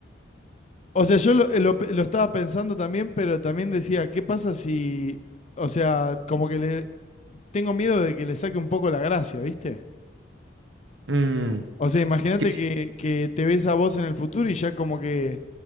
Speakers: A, on the left; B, on the right.
A: O sea, yo lo, eh, lo- lo estaba pensando también, pero también decía, ¿qué pasa si, o sea, como que le tengo miedo de que le saque un poco la gracia, ¿viste?
B: Mm,
A: O sea, imagínate
B: que sí,
A: que, que te ves a vos en el futuro y ya como que,